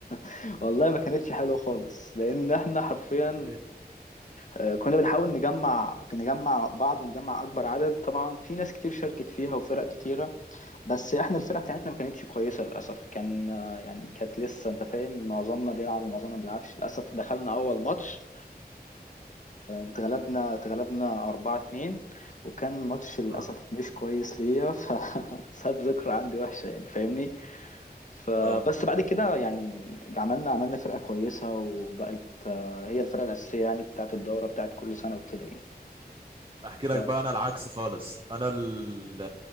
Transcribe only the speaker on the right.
ايه
اه
اه
احكي لك
بقى انا العكس خالص انا ال-